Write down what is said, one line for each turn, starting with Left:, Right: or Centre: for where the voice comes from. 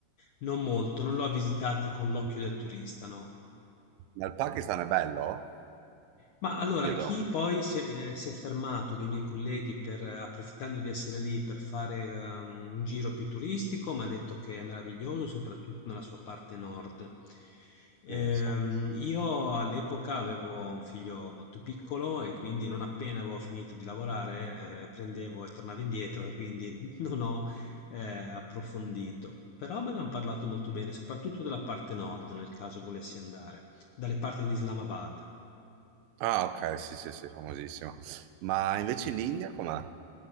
Left: non molto, non l'ho visitati con l'occhio del turista, no.
Right: Ma il Pakistan è bello?
Left: Ma allora,
Right: Chiedo,
Left: chi poi si è, eh, si è fermato dei miei colleghi per, eh, approfittando di essere lì per fare ehm, un giro più turistico, mi ha detto che è meraviglioso, soprattutto nella sua parte nord. Ehm,
Right: pensa.
Left: io all'epoca avevo un figlio molto piccolo e quindi non appena avevo finito di lavorare, eh, prendevo e tornavo indietro e quindi <laughs> non ho eh, approfondito. Però me ne hanno parlato molto bene, soprattutto della parte nord, nel caso volessi andare, dalle parti di Islamabad.
Right: Ah, ok, sì, sì, sì, famosissimo. Ma invece in India com'è?